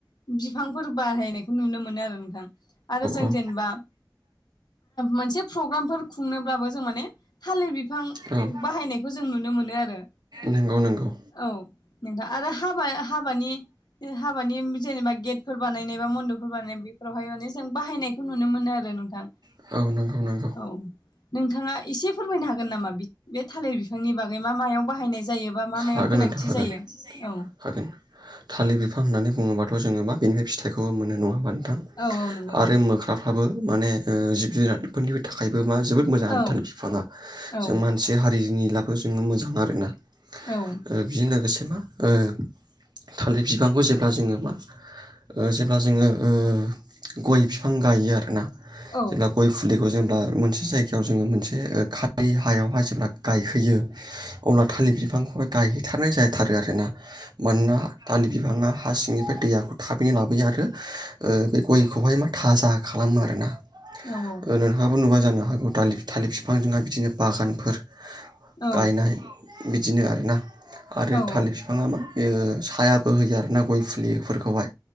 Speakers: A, on the left (about 70°); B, on the right (about 75°).
A: बिफांफोर बाहायनायखौ नुनो मोनो आरो नोंथां आरो जों
B: औ
A: जेनेबा मोनसे प्रग्रामफोर खुंनोब्लाबो जों माने थालिर बिफां
B: औ
A: बाहायनायखौ जों नुनो मोनो आरो
B: नंगौ नंगौ
A: औ नोंथां आरो हाबा हाबानि हाबानि जेनेबा गेटफोर बानायनाय बा मन्द'फोर बानायनाय बेफोरावहाय माने जों बाहायनाय बेखौ नुनो मोनो आरो नोंथां
B: औ नुनो मोनो आरो नोंथां। नंगौ नंगौ।
A: औ नोंथाङा एसे फोरमायनो हागोन नामा बे थालिर बिफांनि बागै मा मायाव बाहायनाय जायोबा मा मायाव
B: हागोन
A: गोनांथि
B: नोंथां हागोन
A: जायो औ
B: हागोन थालिर बिफां होननानै बुङोबाथ' जोङो मा बिनिफ्राय फिथाइखौ मोनो नङा होमा नोंथां
A: औ औ नंगौ नोंथां
B: आरो मोखां बिफाफ्राबो माने जिब जुनारफोरनि थाखायबो मा जोबोद मोजांथार
A: औ
B: बिफाङा जों
A: औ
B: मा होन मोनसे हारिनि लाफ जोङो मोजां आर ना
A: औ
B: ओ बिजों लोगोसे मा ओ थालिर बिबांखौ जेब्ला जोङो मा ओ जेब्ला जोङो ओ गय फिफां गायो आरोना
A: औ
B: जेब्ला गय फुलिखौ जों बार मोनसे जायगायाव जोङो मोनसे खारै हायावहाय जेब्ला गायहैयो अब्ला थालिर बिफांखौहाय गायहैथारनाय जाथारो आरोना। मानोना दाललि बिफाङा हा सिंनिफ्राय दैयाखौ थाबैनो लाबोयो आरो ओ बे गयखौहाय मा थाजा खालामो आरोना
A: औ औ
B: नोंहाबो नुबाय जानो हागौ दालि थालि फिफांजोंहाय बिदिनो बागानफोर
A: औ
B: गायनाय बिदिनो आरोना आरो
A: औ
B: थालिर फिफाङा मा ओ। सायाबो होयो आरोना गय फुलिफोरखौहाय